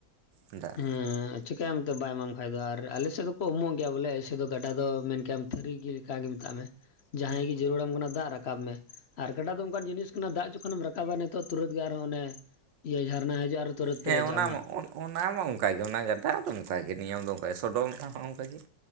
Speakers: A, on the right; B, on the left.
A: ᱫᱟᱜ
B: ᱦᱮᱸ ᱪᱤᱠᱟᱹᱭᱟᱢᱛ ᱵᱟᱭ ᱮᱢᱟᱢ ᱠᱷᱟᱡ ᱫᱚ ᱟᱨ ᱟᱞᱮ ᱥᱮᱫ ᱫᱚᱠᱚ ᱩ ᱮᱢᱚᱜ ᱜᱮᱭᱟ ᱵᱚᱞᱮ ᱤᱥᱮ ᱫᱚ ᱜᱟᱰᱟ ᱫᱚ ᱢᱮᱱᱠᱮ ᱯᱷᱤᱨᱤ ᱞᱮᱠᱟ ᱜᱮ ᱢᱮᱛᱟᱜ ᱢᱮ ᱡᱟᱦᱟᱸᱭ ᱜᱮ ᱡᱟᱹᱨᱩᱲᱟᱢ ᱠᱟᱱᱟ ᱫᱟᱜ ᱨᱟᱠᱟᱼᱼ ᱨᱟᱠᱟᱵ ᱢᱮ ᱟᱨ ᱠᱟᱴᱟ ᱫᱚ ᱚᱱᱠᱟᱱ ᱡᱤᱱᱤᱥ ᱠᱟᱱᱟ ᱫᱟᱜ ᱡᱚᱠᱷᱚᱱᱮᱢ ᱨᱟᱠᱟᱵᱟ ᱱᱤᱛ ᱛᱩᱨᱟᱹᱛ ᱜᱮ ᱟᱨᱦᱚᱸ ᱚᱱᱮ ᱤᱭᱟᱹ ᱡᱷᱟᱨᱱᱟ ᱦᱟᱤᱡᱼᱟ ᱟᱨ ᱛᱩᱨᱟᱹᱛ
A: ᱦᱮᱸ
B: ᱯᱮᱨᱮᱡᱟᱜ
A: ᱚᱱᱟ
B: ᱢᱟ
A: ᱚᱱᱟ ᱢᱟ ᱚᱱᱠᱟᱜᱮ ᱚᱱᱟ ᱜᱟᱰᱟᱫᱚ ᱚᱱᱠᱟᱜᱮ ᱱᱤᱭᱚᱢ ᱫᱚ ᱚᱱᱠᱟᱜᱮ ᱥᱚᱰᱚᱝ ᱦᱚᱸ ᱚᱱᱠᱟᱜᱮ